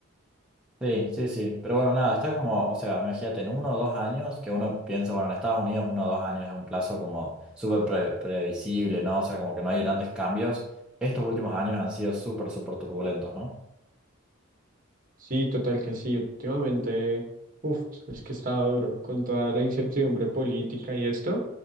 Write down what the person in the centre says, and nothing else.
Sí, sí, sí, pero bueno, nada, está como, o sea, imagínate, en uno o dos años, que uno piensa, bueno, en Estados Unidos uno o dos años es un plazo como súper pre- previsible, ¿no? O sea, como que no hay grandes cambios. Estos últimos años han sido súper, súper turbulentos, ¿no?